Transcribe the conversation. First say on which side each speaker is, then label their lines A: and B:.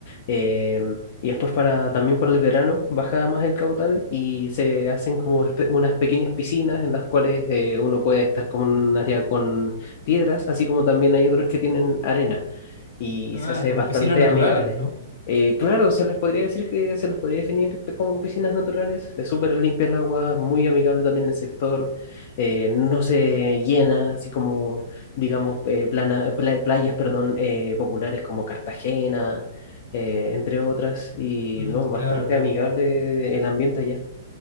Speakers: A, on the left (about 50°); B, on the left (about 80°).
A: Em, y después para, también para el verano baja más el caudal y se hacen como espe- unas pequeñas piscinas en las cuales eh, uno puede estar como en un área con piedras, así como también hay otros que tienen arena y
B: Ah,
A: se hace
B: como
A: bastante
B: piscinas naturales,
A: amigable.
B: ¿no?
A: Eh, claro, se les podría decir que se les podría definir pe- como piscinas naturales. Es súper limpia el agua, muy amigable también el sector. eh, no se llena, así como, digamos, eh, plana- pla- playas, perdón, eh, populares como Cartagena, eh, entre otras. Y
B: Mm,
A: no, bastante
B: claro, claro.
A: amigable el ambiente allá.